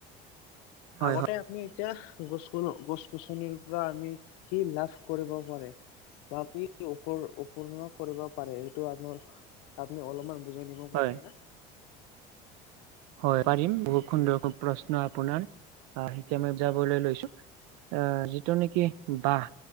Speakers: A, on the right; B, on the left.
A: হয়
B: আগতে
A: হয়
B: আপুনি এতিয়া গছ-গছ-গছনিৰ পৰা আমি কি লাভ কৰিব পাৰে? বা কি উপ-উপূৰ্ণ কৰিব পাৰে এইটো আপোনাৰ আপুনি অলপমান বুজাই দিব
A: হয়
B: পাৰিব নে?
A: হয় পাৰিম বহুত
B: ঠিক
A: সুন্দৰকৈ
B: আছে
A: প্ৰশ্ন আপোনাৰ আহ এতিয়া মই যাবলৈ লৈছো। আহ যিটো নেকি বাহ